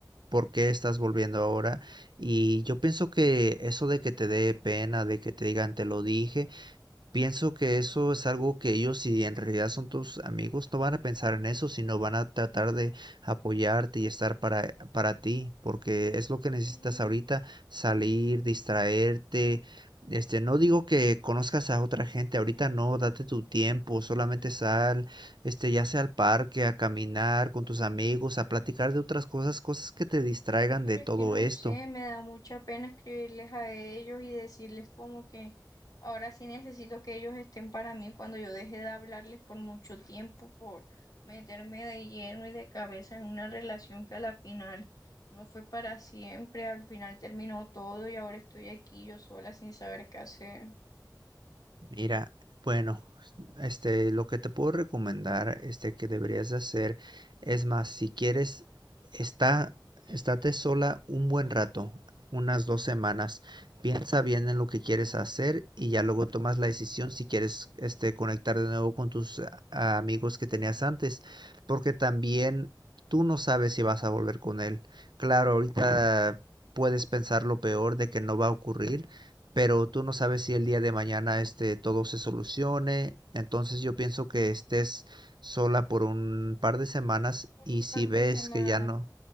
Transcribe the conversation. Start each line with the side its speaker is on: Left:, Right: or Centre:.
Right: por qué estás volviendo ahora y yo pienso que eso de que te dé pena, de que te digan te lo dije Pienso que eso es algo que ellos, si en realidad son tus amigos, no van a pensar en eso, sino van a tratar de apoyarte y estar para, para ti, porque es lo que necesitas
Left: sí
Right: ahorita, salir, distraerte. Este, no digo que conozcas a otra gente, ahorita no, date tu tiempo, solamente sal, este, ya sea al parque, a caminar con tus amigos, a platicar de otras cosas, cosas que te distraigan
Left: Sí, pero
Right: de todo
Left: es que no
Right: esto.
Left: sé, me da mucha pena escribirles a ellos y decirles como que ahora sí necesito que ellos estén para mí cuando yo deje de hablarles por mucho tiempo, por meterme de lleno y de cabeza en una relación que a la final no fue para siempre, al final terminó todo y ahora estoy aquí yo sola sin saber qué hacer
Right: Mira, bueno, este, lo que te puedo recomendar, este, que deberías de hacer, es más, si quieres, está, estate sola un buen rato, unas dos semanas. Piensa bien en lo que quieres hacer y ya luego tomas la decisión si quieres, este, conectar de nuevo con tus a- amigos que tenías antes, porque también tú no sabes si vas a volver con él. Claro, ahorita puedes pensar lo peor de que no va a ocurrir pero tú no sabes si el día de mañana este todo se solucione. Entonces yo pienso que estés sola por un par de semanas
Left: por
Right: y
Left: un
Right: si
Left: par
Right: ves
Left: de semanas.
Right: que ya no,